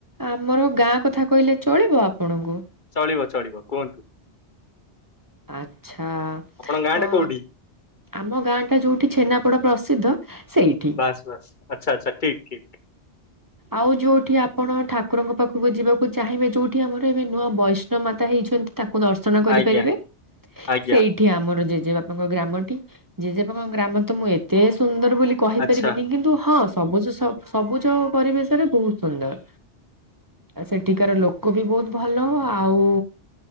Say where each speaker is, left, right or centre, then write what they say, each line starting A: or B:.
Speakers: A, on the right; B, on the left.
A: ଆମର ଗାଁ କଥା କହିଲେ ଚଳିବ ଆପଣଙ୍କୁ?
B: ଚଳିବ ଚଳିବ କୁହନ୍ତୁ।
A: ଆଚ୍ଛା
B: ଆପଣଙ୍କ ଗାଁ
A: କ
B: ଟା କୋଉଠି?
A: ଆମ ଗାଁ ଟା ଯୋଉଠି ଛେନାପୋଡା ପ୍ରସିଦ୍ଧ ସେଇଠି।
B: ବାସ୍ ଆଚ୍ଛା ଆଚ୍ଛା ଠିକ୍ ଠିକ୍।
A: ଆଉ ଯୋଉଠି ଆପଣ ଠାକୁରଙ୍କ ପାଖକୁ ଯିବାକୁ ଚାହିଁବେ ଯୋଉଠି ଆମର ଏବେ ନୂଆ ବୈଷ୍ଣ ମାତା ହେଇଛନ୍ତି ତାକୁ ଦର୍ଶନ କରିପାରିବେ
B: ଆଜ୍ଞା ଆଜ୍ଞା।
A: ସେଇଠି ଆମର ଜେଜେବାପାଙ୍କ ଗ୍ରାମ ଟି ଜେଜେବାପାଙ୍କ ଗ୍ରାମ ତ ମୁଁ ଏତେ ସୁନ୍ଦର ବୋଲି କହିପାରିବିନି
B: ଆଚ୍ଛା
A: କିନ୍ତୁ ହଁ। ସବୁଜ ସ ସବୁଜ ପରିବେଶରେ ବହୁତ ସୁନ୍ଦର। ଆଉ ସେଠିକାର ଲୋକ ବି ବହୁତ ଭଲ ଆଉ